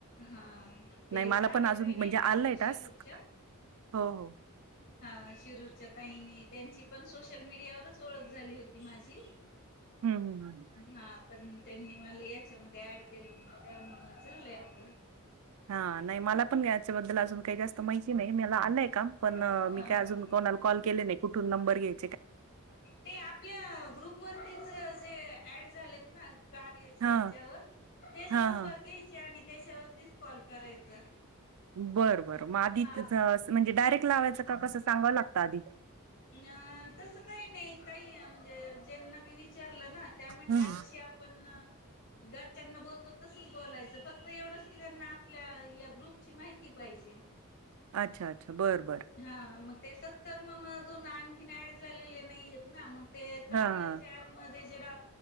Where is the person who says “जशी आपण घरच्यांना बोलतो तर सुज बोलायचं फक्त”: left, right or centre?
Left